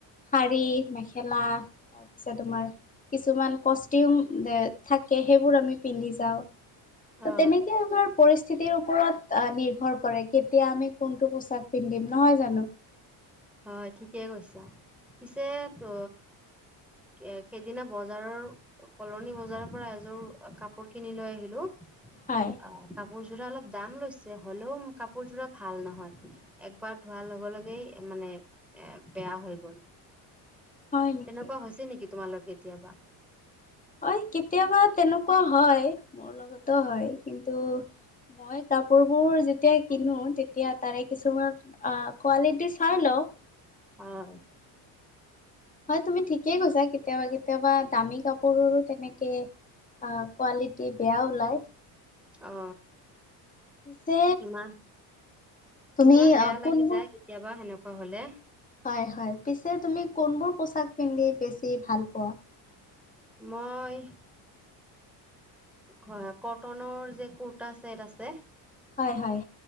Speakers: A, on the left; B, in the centre.
A: শাৰী মেখেলা তাৰপিছত তোমাৰ কিছুমান কষ্টিউম থাকে সেইবোৰ আমি পিন্ধি যাওঁ।
B: অ
A: ত তেনেকে আমাৰ পৰিস্থিতিৰ ওপৰত নিৰ্ভৰ কৰে কেতিয়া আমি কোনটো পোচাক পিন্ধিম নহয় জানো।
B: হয় ঠিকে কৈছা পিছে তো। এ সেইদিনা বজাৰৰ কলনী বজাৰৰ পৰা এযোৰ কাপোৰ কিনি লৈ আহিলো।
A: হয়।
B: আ কাপোৰযোৰা অলপ দাম লৈছে, হ'লেও কাপোৰ যোৰা ভাল নহয়। একবাৰ ধোৱাৰ লগে লগেই মানে এই বেয়া হৈ গ'ল।
A: হয় নেকি?
B: তেনেকুৱা হৈছে নেকি তোমাৰ লগত কেতিয়াবা?
A: হয় কেতিয়াবা তেনেকুৱা হয়, মোৰ লগতো হয় কিন্তু মই কাপোৰ বোৰ যেতিয়া কিনো তেতিয়া তাৰে কিছুমান অ', কোৱালিট চাই লও।
B: হয়।
A: হয় তুমি ঠিকেই কৈছা কেতিয়াবা কেতিয়াবা কাপোৰো তেনেকে। অঁ', কোৱালিটি বেয়া ওলাই।
B: অ
A: ছে
B: ইমান
A: তুমি
B: ইমান বেয়া
A: অঁ কোনবো
B: লাগি যায় কেতিয়াবা সেনেকুৱা হ'লে।
A: হয় হয় পিছে তুমি কোনবোৰ পোছাক পিন্ধি বেছি ভাল পোৱা?
B: মই হয় কটনৰ যে কুৰ্তা চছেট আছে।
A: হয় হয়